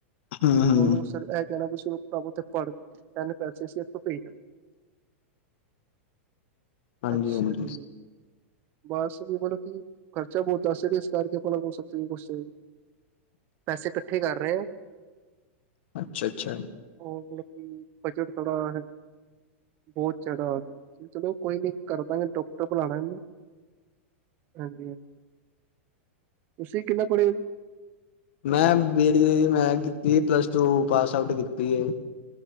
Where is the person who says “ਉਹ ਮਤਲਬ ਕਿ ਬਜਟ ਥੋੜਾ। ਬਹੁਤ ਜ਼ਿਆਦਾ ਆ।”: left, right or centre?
Right